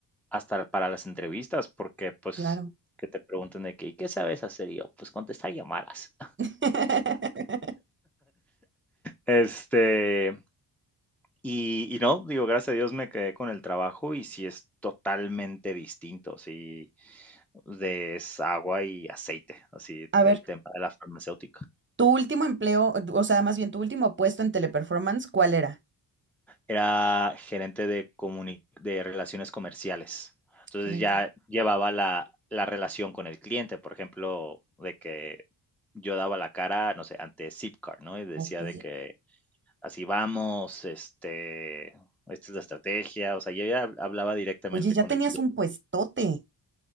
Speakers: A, in the centre; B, on the right (about 25°).
A: hasta para las entrevistas, porque pues
B: claro.
A: que te pregunten de qué, ¿y qué sabes hacer? Y yo, pues contestar llamadas.
B: <laughs>
A: Este, y y no, digo, gracias a Dios me quedé con el trabajo y sí es totalmente distinto, sí, de es agua y aceite, así
B: A ver.
A: el tema de la farmacéutica.
B: Tu último empleo, o sea, más bien tu último puesto en Teleperformance, ¿cuál era?
A: Era gerente de comuni de relaciones comerciales. Entonces,
B: Gerente.
A: ya llevaba la la relación con el cliente, por ejemplo, de que yo daba la cara, no sé, ante Zipcar, ¿no? Y decía
B: Ok.
A: de que así vamos, este, esta es la estrategia, o sea, yo ya hablaba directamente
B: Oye, ya
A: con
B: tenías
A: el cliente.
B: un puestote.